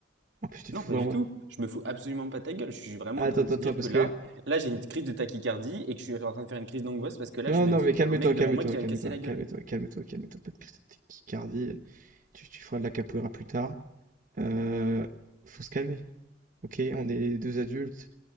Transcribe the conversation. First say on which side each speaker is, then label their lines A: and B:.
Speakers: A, on the right (about 45°); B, on the right (about 65°).
A: En plus, tu
B: Non,
A: te fous
B: pas
A: vraiment.
B: du tout. Je me fous absolument pas de ta gueule. Je suis vraiment
A: Ah,
B: en
A: Attends,
B: train de
A: attends,
B: te
A: attends,
B: dire
A: parce
B: que là,
A: que.
B: là, j'ai une crise de tachycardie et que je suis en train de faire une crise d'angoisse parce que là,
A: Non,
B: je me
A: non,
B: dis
A: mais
B: qu'il
A: calme-toi,
B: y a un mec
A: calme-toi,
B: devant moi qui
A: calme-toi,
B: va me casser la
A: calme-toi,
B: gueule.
A: calme-toi, calme-toi. Pas de crise de tachycardie. Tu, tu feras de la capoeira plus tard. Euh, faut se calmer. Ok, on est deux adultes